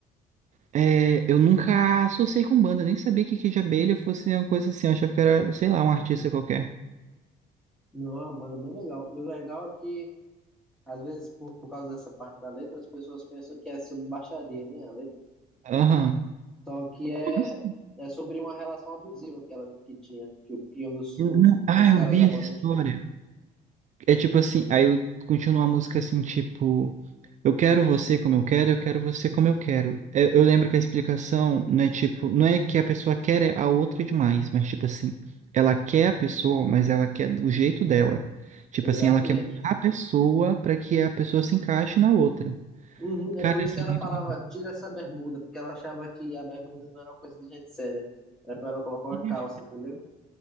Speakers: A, on the right; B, in the centre.
A: é, eu nunca associei com banda, nem sabia que Kid Abelha fosse uma coisa assim, eu achava que era, sei lá, um artista qualquer.
B: Não, é uma banda bem legal. E o legal é que, às vezes, por, por causa dessa parte da letra, as pessoas pensam que é sobre baixaria, né? A letra.
A: Aham.
B: Só que é,
A: Nossa.
B: é sobre uma relação abusiva que ela que tinha, que, o- que um dos,
A: Uhum.
B: os- um
A: Ah,
B: dos caras
A: eu vi
B: da
A: essa
B: banda
A: história.
B: tinha.
A: É tipo assim, aí eu continuo a música assim, tipo, eu quero você como eu quero, eu quero você como eu quero. Eu, eu lembro que a explicação não é tipo, não é que a pessoa quer é a outra demais, mas tipo assim, ela quer a pessoa, mas ela quer do jeito dela. Tipo
B: Exatamente.
A: assim, ela quer mudar a pessoa pra que a pessoa se encaixe na outra.
B: Uhum, é
A: Cara,
B: por isso
A: isso
B: que ela
A: é muito
B: falava,
A: bom.
B: tira essa bermuda, porque ela achava que a bermuda não era uma coisa de gente séria. Era pra ela colocar uma
A: Isso,
B: calça, entendeu?